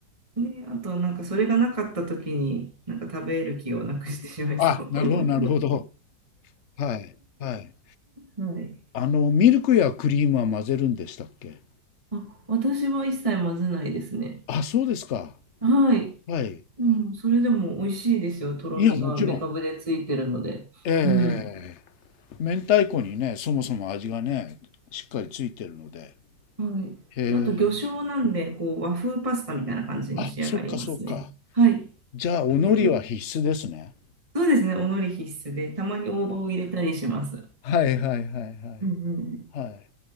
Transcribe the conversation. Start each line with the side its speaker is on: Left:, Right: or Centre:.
Right: ね、あとなんかそれがなかった時になんか食べる気をなくしてしまいそう。
Left: あ、なるほど、
Right: <laughs>
Left: なるほど。はい。はい。
Right: はい。
Left: あの、ミルクやクリームは混ぜるんでしたっけ
Right: あ、私は一切混ぜないですね。
Left: あ、そうですか。
Right: はい。
Left: はい。
Right: でも、それでも美味しいですよ。とろみがめかぶでついてるので。
Left: いや、もちろん。ええ
Right: うん。
Left: 明太子にね、そもそも味がね、しっかりついてるので。
Right: はい。
Left: へえ。
Right: あと、魚醤なんで、こう、和風パスタみたいな感じに仕上がりますね。
Left: あ、そっかそっか。
Right: はい。
Left: じゃあ、お海苔は必須ですね。
Right: で、お、そうですね、お海苔必須で、たまに大葉を入れたりします。
Left: はいはいはいはい。
Right: うんうんうん。
Left: はい。